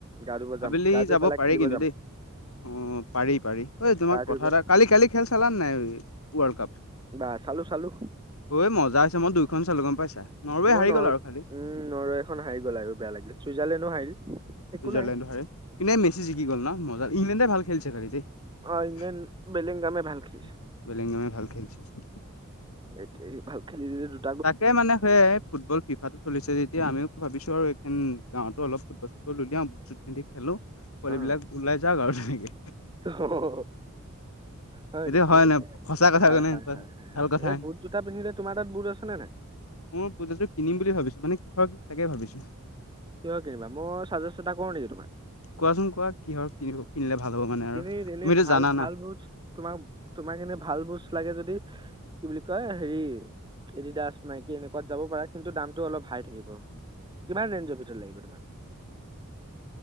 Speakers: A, on the right (about 20°); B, on the left (about 85°).
A: গা ধুব যাম,
B: আবেলি
A: গা ধুই
B: যাব
A: পেলাই
B: পাৰি
A: খেলিব
B: কিন্তু
A: যাম।
B: দেই অ, পাৰি, পাৰি। ঐ তোমাক
A: গা ধুই
B: কথা
A: পেলাই
B: এটা, কালি- কালি খেল চালা নাই ৱৰ্ল্ড কাপ?
A: বা চালো, চালো।
B: ঐ মজা হৈছে। মই দুইখন চালো গম পাইছা। নৰৱে
A: মই
B: হাৰি
A: নৰ
B: গ'ল আৰু
A: উম,
B: খালি
A: নৰৱেখন হাৰি গ'ল আৰু বেয়া লাগিল। চুইজাৰলেণ্ডো হাৰিল। একো
B: ছুইজাৰলেণ্ডো
A: নাই
B: হাৰিল। কিন্ত এই মেচি জিকি গ'ল ন? মজা, ইংলেণ্ডে ভাল খেলিছে খালি দেই।
A: অঁ ইংলেণ্ড
B: <unintelligible>
A: বেলিংগামে ভাল খেলিছে
B: ভাল খেলছে।
A: সেই <unintelligible> ভাল খেলি দিলে তো
B: তাকে মানে সেইট ফুটবল ফিফাটো চলিছে যেতিয়া আমিও ভাবিছো আৰু এইখন গাঁৱতো অলপ ফুটবল-চুটবল উলিয়াম। <unintelligible> পিন্ধি খেলো। পোৱালিবিলাক
A: অ
B: ওলাই যাওঁক আৰু তেনেকে।
A: <unintelligible> হয়
B: এইটো
A: নেকি?
B: নাই সঁচা কথা
A: হয়,
B: কোৱানে
A: হয়,
B: কোৱাচোন
A: হয়, হয়,
B: ভাল
A: হয়।
B: কথা
A: এই বুট
B: নাই?
A: জোতা পিন্ধিলে তোমাৰ তাত বুট আছেনে নাই?
B: মই বুটজোতাটো কিনিম বুলি ভাবিছো। মানে কিহৰ কিনো তাকে ভাবিছো।
A: কিহৰ কিনিবা? মই চাজেষ্ট এটা কৰোঁ নেকি তোমাক?
B: কোৱাচোন কোৱা। কিহৰ কিনিব কিনিলে ভাল হ'ব মানে
A: তুমি
B: আৰু তুমিতো
A: এনেই ভাল
B: জানা
A: ভাল
B: না।
A: বুটছ তোমাক তোমাক এনেই ভাল <unintelligible> লাগে যদি কি বুলি কয় হেৰি এডিদাছ, নাইকী এনেকুৱাত যাব পাৰা, কিন্তু দামটো অলপ হাই থাকিব। কিমান ৰেঞ্জৰ ভিতৰত লাগিব তোমাক?